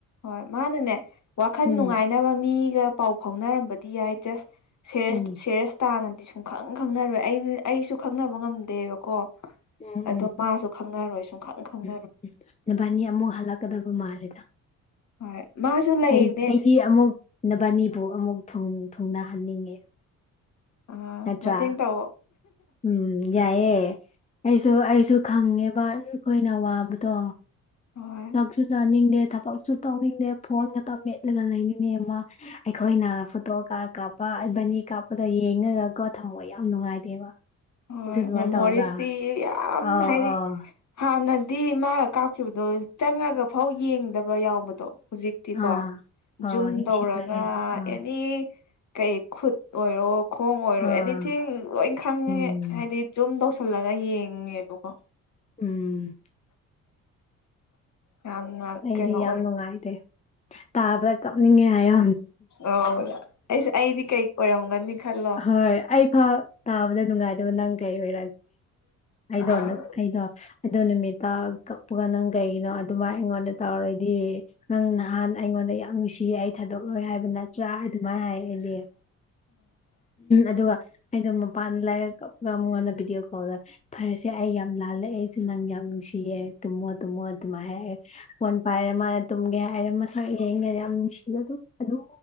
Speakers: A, on the left; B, on the left.
A: ꯍꯣꯏ ꯃꯥꯅꯅꯦ ꯋꯥꯈꯜ
B: ꯎꯝ
A: ꯅꯨꯡꯉꯥꯏꯅꯕ ꯃꯤꯒ ꯄꯥꯎ ꯐꯥꯎꯅꯔꯝꯕꯗꯤ ꯌꯥꯏ ꯖꯁ ꯁꯦꯔꯦꯁ
B: ꯎꯝ
A: ꯁꯦꯔꯦꯁ ꯇꯥꯅꯗꯤ ꯁꯨꯝ ꯈꯪ ꯈꯪꯅꯔꯣꯏ ꯑꯩꯗꯤ ꯑꯩꯁꯨ ꯈꯪꯅꯕ ꯉꯝꯗꯦꯕꯀꯣ
B: ꯎꯝ
A: ꯑꯗꯣ
B: ꯎꯝ
A: ꯃꯥꯁꯨ ꯈꯪꯅꯔꯣꯏ ꯁꯨꯝ ꯈꯪ ꯈꯪꯅꯔꯣꯏ
B: ꯎꯝ ꯎꯝ ꯅꯕꯥꯅꯤ ꯑꯃꯨꯛ ꯍꯜꯂꯛꯀꯗꯕ ꯃꯥꯜꯂꯦꯗ
A: ꯍꯣꯏ ꯃꯥꯁꯨ ꯂꯩꯅꯦ
B: ꯑꯩꯗꯤ ꯑꯃꯨꯛ ꯅꯕꯥꯅꯤꯕꯨ ꯑꯃꯨꯛ ꯊꯨꯡꯅꯍꯟꯅꯤꯡꯉꯦ
A: ꯑ
B: ꯅꯠꯇ꯭ꯔꯥ
A: ꯃꯇꯦꯡ ꯇꯧꯑꯣ
B: ꯎꯝ ꯌꯥꯏꯑꯦ ꯑꯩꯁꯨ ꯑꯩꯁꯨ ꯈꯪꯉꯦꯕ ꯑꯩꯈꯣꯏꯅ ꯋꯥꯕꯗꯣ
A: ꯍꯣꯏ
B: ꯆꯛꯁꯨ ꯆꯅꯤꯅꯤꯡ ꯗꯦ ꯊꯕꯛꯁꯨ ꯇꯧꯅꯤꯡꯅꯦꯦ ꯐꯣꯟ ꯈꯛꯇ ꯃꯦꯠꯂꯒ ꯂꯩꯅꯤꯡꯅꯦ ꯑꯃ ꯑꯩꯈꯣꯏꯅ ꯐꯣꯇꯣ ꯀꯥꯞ ꯀꯥꯞ ꯄꯥ ꯕꯅꯤ ꯀꯥꯞꯄꯗꯣ ꯌꯦꯡꯉꯒꯀꯣ ꯊꯝꯃꯣ ꯌꯥꯝ ꯅꯨꯡꯉꯥꯏꯇꯦꯕ
A: ꯍꯣꯏ
B: ꯅꯪꯁꯨ ꯑꯗꯨꯃꯥꯏꯅ
A: ꯃꯦꯃꯣꯔꯤꯁꯇꯤ
B: ꯇꯧꯕ꯭ꯔꯥ
A: ꯌꯥꯝ
B: ꯑꯧ
A: ꯍꯥꯏꯗꯤ
B: ꯑꯧ
A: ꯍꯥꯟꯅꯗꯤ ꯃꯥꯒ ꯀꯥꯞꯈꯤꯕꯗꯣ ꯆꯪꯉꯒ ꯐꯥꯎ ꯌꯦꯡꯗꯕ ꯌꯥꯎꯕꯗꯣ ꯍꯧꯖꯤꯛ ꯇꯤꯀꯣ
B: ꯑꯥ ꯑꯣ
A: ꯖꯨꯝ
B: ꯅꯤꯡꯁꯤꯡꯂꯛꯑꯦ
A: ꯇꯧꯔꯒ
B: ꯑꯥ
A: ꯑꯦꯅꯤ ꯀꯩ ꯈꯨꯠ ꯑꯣꯏꯔꯣ ꯈꯣꯡ ꯑꯣꯏꯔꯣ
B: ꯑꯥ
A: ꯑꯦꯅꯤꯊꯤꯡ ꯂꯣꯏ ꯈꯪꯉꯦ
B: ꯎꯝ
A: ꯗꯤ ꯖꯨꯝ ꯇꯧꯁꯜꯂꯒ ꯌꯦꯡꯉꯦꯕꯀꯣ
B: ꯎꯝ
A: ꯌꯥꯝꯅ
B: ꯑꯩꯗꯤ
A: ꯀꯩꯅꯣ
B: ꯌꯥꯝ
A: ꯑꯣꯏ
B: ꯅꯨꯡꯉꯥꯏꯇꯦ ꯇꯥꯕ ꯀꯅꯤꯡꯉꯌꯣ
A: ꯑꯧ ꯑꯩꯁ ꯑꯩꯗꯤ ꯀꯩ ꯑꯣꯏꯔꯝꯒꯅꯤ ꯈꯜꯂꯣ
B: ꯍꯣꯏ ꯑꯩ ꯐ ꯇꯥꯕꯗ ꯅꯨꯡꯉꯥꯏꯗꯕ ꯅꯪ ꯀꯩ ꯑꯣꯏꯔꯛꯒꯦ ꯑꯩꯗꯣ
A: ꯑꯥ
B: ꯑꯩꯗꯣ ꯑꯗꯣ ꯅꯨꯃꯤꯠꯇ ꯀꯛꯄꯒ ꯅꯪ ꯀꯩꯒꯤꯅꯣ ꯑꯗꯨꯃꯥꯏ ꯑꯩꯉꯣꯟꯗ ꯇꯧꯔꯗꯤ ꯅꯪ ꯅꯍꯥꯟ ꯑꯩꯉꯣꯟꯗ ꯌꯥꯝ ꯅꯨꯡꯁꯤꯌꯦ ꯑꯩ ꯊꯥꯗꯣꯛꯂꯣꯏ ꯍꯥꯏꯕ ꯅꯠꯇ ꯆ ꯑꯗꯨꯃꯥꯏꯅ ꯍꯥꯏ ꯑꯩꯅꯦ ꯑꯗꯨꯒ ꯑꯩꯗꯣ ꯃꯄꯥꯟꯗ ꯂꯥꯏꯔ ꯀꯞꯒ ꯑꯃꯨꯛꯣꯟꯗ ꯚꯤꯗꯤꯑꯣ ꯀꯣꯜꯗ ꯐꯔꯁꯦ ꯑꯩ ꯌꯥꯝ ꯂꯥꯜꯂꯛꯑꯦꯁꯦ ꯅꯪ ꯌꯥꯝ ꯅꯨꯡꯁꯤꯌꯦꯦ ꯇꯨꯝꯃꯣ ꯇꯨꯝꯃꯣ ꯑꯗꯨꯃꯥꯏ ꯍꯥꯏꯔꯦ ꯐꯣꯟ ꯄꯥꯏꯔꯦ ꯃꯥꯅ ꯇꯨꯝꯒꯦ ꯍꯥꯏꯔꯦ ꯃꯁꯛ ꯏꯔꯦꯡꯉ ꯌꯥꯝ ꯅꯨꯡꯁꯤꯕ ꯑꯗꯨ ꯑꯗꯨ